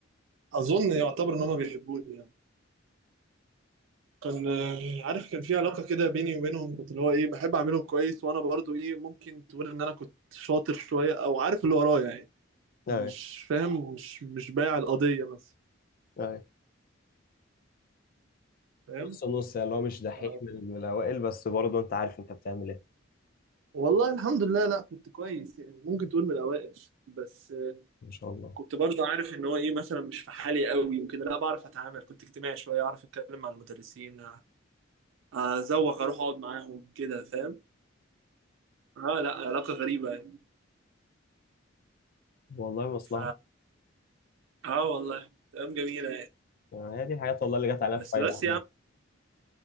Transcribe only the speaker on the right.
اظن يعتبر ان هما بيحبوني يعني كان آه، عارف كان في علاقه كده بيني وبينهم كنت اللي هو ايه بحب اعملهم كويس وانا برضو ايه ممكن تقول ان انا كنت شاطر شويه او عارف اللي ورايا يعني
مش فاهم مش مش بايع القضيه مثلا
فاهم
ف-
والله الحمد لله لا كنت كويس يعني ممكن تقول من الاوائل بس آه،
كنت برضو عارف ان هو ايه مثلا مش في حالي قوي وكده لا بعرف اتعامل كنت اجتماعي شويه اعرف اتكلم مع المدرسين ازوق اروح اقعد معاهم كده فاهم اه لا علاقه غريبه يعني
ف اه والله ايام جميله يعني
بس
بس
يا عم